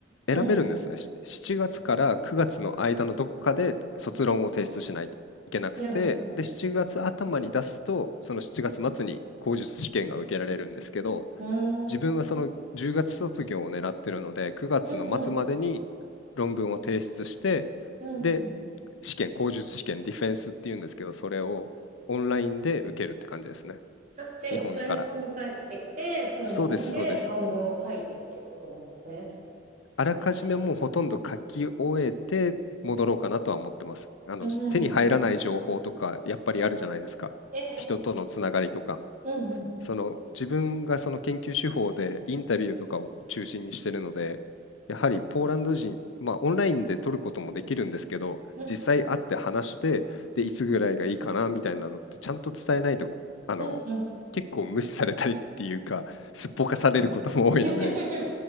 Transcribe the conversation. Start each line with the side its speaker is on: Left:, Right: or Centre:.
Left: 選べるんですね。
Right: うん。
Left: し7月から9月の間のどこかで卒論を提出しないといけなくて、
Right: なるほど。
Left: で、7月頭に出すと、その7月末に口述試験が受けられるんですけど、
Right: うーん。
Left: 自分はその10月卒業を狙ってるので、
Right: うん、
Left: 9月の末までに
Right: うん、
Left: 論文を提出して、
Right: うん、
Left: で、
Right: うん。
Left: 試験、口述試験、ディフェンスっていうんですけど、それをオンラインで受けるって感じですね。
Right: あ、じゃあ一回日本に帰ってきて、
Left: 日本から。
Right: その日本で論文を書いてっていうことなんですね。
Left: そうです、そうです。あらかじめもうほとんど書き終えて戻ろうかなとは思ってます。
Right: ええ
Left: あの、
Right: うん、うん、
Left: 手に入らない情報とか、
Right: うん
Left: やっぱりあるじゃないですか。
Right: ええ
Left: 人とのつながりとか。
Right: うん、うん、
Left: その自分がその研究手法でインタビューとかを中心にしてるので、やはりポーランド人、まあオンラインで撮ることもできるんですけど、
Right: うん、
Left: 実際会って話して、で、いつぐらいがいいかなみたいなのってちゃんと伝えないと、あの、
Right: うん、
Left: 結構無視されたりっていうか、すっぽかされることも多いので、
Right: うん。<laughs>